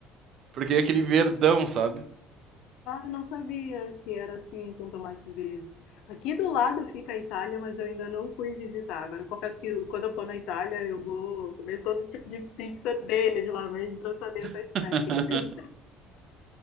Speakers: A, on the right; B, on the left.
A: porque é aquele verdão, sabe?
B: Ah, eu não sabia que era assim com tomate verde. Aqui do lado fica a Itália, mas eu ainda não fui visitar. Agora, eu confesso que quando eu for na Itália, eu vou comer todo tipo de pizza deles lá mesmo para saber essas
A: <laughs>
B: técnicas. <laughs>